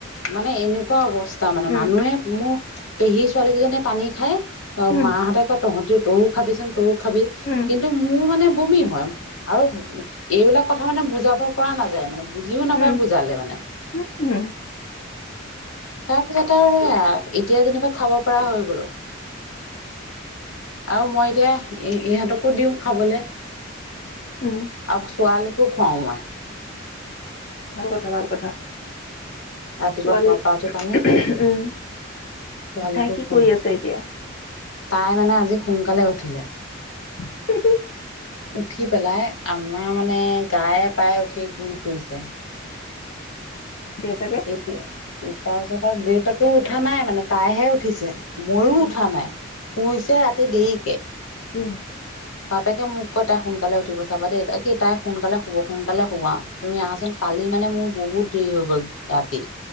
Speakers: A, on the left; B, on the left.
A: মানে, এনেকুৱা অৱস্থা মানে,
B: উম
A: মানুহে মোৰ পেহী ছোৱালী কেইজনীয়ে পানী খায় অ',
B: উম
A: মাহঁতে কয়, তহঁতিও তইও খাবিচোন, তইও খাবি,
B: উম
A: কিন্তু মোৰ মানে বমি হয়, আৰু এইবিলাক কথা মানে বুজাব পৰা নাযায় মানে বুজিও নাপায়
B: উম
A: বুজালে মানে।
B: <unintelligible>
A: তাৰপিছত আৰু সেয়া আৰু এতিয়া যেনিবা খাব পৰা হৈ গ'লো। আৰু মই এতিয়া ইহঁতকো দিওঁ খাবলে।
B: উম,
A: আ ছোৱাল কো খুৱও মই।
B: ভাল কথা ভাল কথা।
A: ৰাতিপুৱা
B: ছোৱালীৰ
A: শুৱা পৰা উঠি পানী
B: উম
A: ছোৱালীকো
B: তাই কি
A: খুৱাও
B: কৰি আছে এতিয়া?
A: তাই মানে আজি সোনকালে উঠিলে,
B: <inaudible>
A: উঠি পেলাই আমাৰ মানে গায়ে প্ৰায়ে উঠি ঘূৰি ফুৰিছে।
B: দেউত
A: এতিয়া তাৰপিছত আৰু দেউতাকো উঠা নাই মানে, তাইহে উঠিছে ময়ো
B: অ
A: উঠা
B: নহয়
A: নাই শুইছে ৰাতি দেৰিকে,
B: উম,
A: বাপেকে মোক কৈ তাই সোনকালে উঠিব চাবা দেই কি তাই সোনকালে শুব সোনকালে শুবা, তুমি আহাচোন কালি মানে মোৰ বহুত দেৰি হৈ গ'ল ৰাতি,